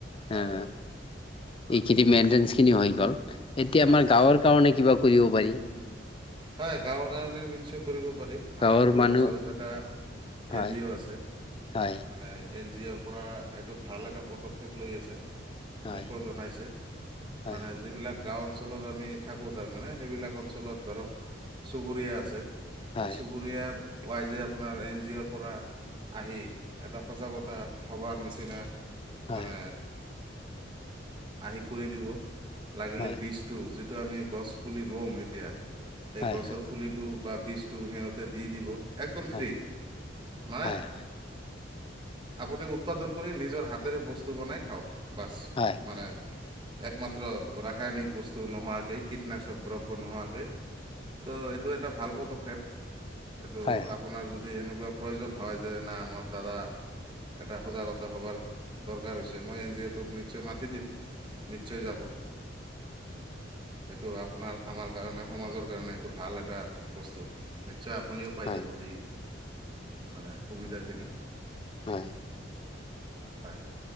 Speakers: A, on the right (about 25°); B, on the left (about 30°).
A: হয়
B: এ এইখিনি মেইনটেনছ খিনি হৈ গ'ল, এতিয়া
A: হয়
B: আমাৰ গাঁৱৰ কাৰণে কিবা কৰিব পাৰি।
A: হয়, গাঁৱৰ কাৰণে নিশ্চয় কৰিব পাৰি।
B: গাঁৱৰ
A: আমাৰ ঘৰৰ
B: মানুহ
A: ওচৰত এটা
B: হয়
A: এন জি অ' আছে,
B: হয়
A: মানে এন জি অ'ৰ পৰা এইটো ভাল এটা পদক্ষেপ লৈ আছে।
B: হয়
A: মোকো জনাইছে,
B: হয়
A: মানে যিবিলাক গাঁও অঞ্চলত আমি থাকোঁ তাৰমানে, সেইবিলাক অঞ্চলত ধৰক চুবুৰীয়া আছে।
B: হয়
A: এই চুবুৰীয়া ৱাইজে আপোনাৰ এন জি অ'ৰ পৰা। আহি এটা সজাগতা সভাৰ নিচিনা
B: হয়
A: মানে আহি কৰি দিব, লাগিলে
B: হয় হয়
A: বিশ টো যিটো আমি গছ পুলি ৰুম এতিয়া সেই
B: হয়
A: গছৰ
B: হয়
A: পুলিটো বা বীজটো সিহঁতে দি দিব। একদম ফ্ৰী
B: হয়
A: মানে
B: হয় হয়
A: আপুনি উৎপাদন কৰি নিজৰ হাতেৰে বস্তু বনাই খাওঁক, বাছ
B: হয়
A: মানে একমাত্ৰ ৰাসায়নিক বস্তু নোহোৱাকে কীটনাশক দ্ৰব্য নোহোৱাকৈ ত' এইটো এটা ভাল পদক্ষেপ, এইটো
B: হয় হয়
A: আপোনাৰ যদি এনেকুৱা প্ৰয়োজন হয় যে না মোৰ দ্বাৰা এটা সজাগতা সভাৰ দৰকাৰ হৈছে, মই যিহেতু এন জি অ'টোক নিশ্চয় মাতি দিম। নিশ্চয় যাব, সেইটো আপোনাৰ আমাৰ কাৰণে সমাজৰ কাৰণে। ভাল এটা বস্তু নিশ্চয় আপুনিও পাই
B: হয়
A: যাব সেই। মানে সুবিধাখিনি।
B: হয়।
A: হয়।